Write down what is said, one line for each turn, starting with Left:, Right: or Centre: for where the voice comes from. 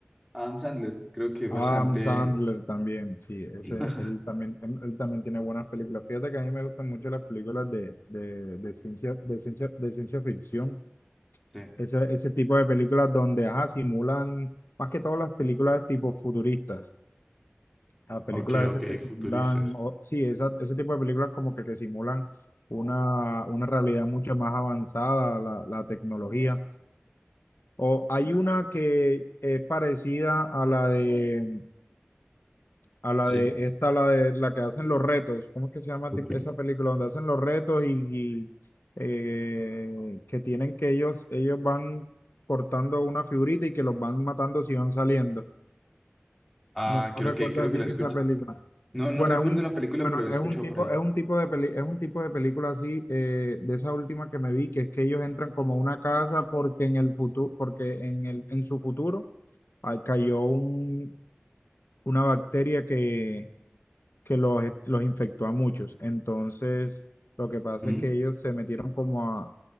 Centre: Adam Sandler, creo que es
Left: Adam
Centre: bastante,
Left: Sandler también, sí, ese,
Centre: <laughs>
Left: él también, em, él también tiene buenas películas. Fíjate que a mí me gustan mucho las películas de, de, de ciencia, de ciencia, de ciencia ficción.
Centre: sí,
Left: Ese, ese tipo de películas donde, ajá, simulan, más que todas las películas tipo futuristas. a películas
Centre: ok, ok,
Left: esas que simulan,
Centre: futuristas,
Left: o, sí, esa- ese tipo de películas como que, que simulan una, una realidad mucho más avanzada, la, la tecnología. O hay una que es parecida a la de, a la
Centre: sí,
Left: de esta, la de la que hacen los retos. ¿Cómo es que se llama
Centre: ok,
Left: ti- esa película? Donde hacen los retos y, y, eh, que tienen que ellos, ellos van cortando una figurita y que los van matando si van saliendo.
Centre: ah,
Left: No, no
Centre: creo
Left: recuerdas
Centre: que, creo que
Left: bien
Centre: la escuché,
Left: esa película.
Centre: no, no
Left: Bueno,
Centre: recuerdo
Left: es un,
Centre: la película,
Left: bueno,
Centre: pero la he
Left: es
Centre: escuchado
Left: un tipo,
Centre: por ahí,
Left: es un tipo de peli, es un tipo de película así, eh, de esa última que me vi, que es que ellos entran como a una casa porque en el futuro, porque en el, en su futuro ah, cayó un, una bacteria que, que los, los infectó a muchos. Entonces, lo que pasa
Centre: Mm,
Left: es que ellos se metieron como a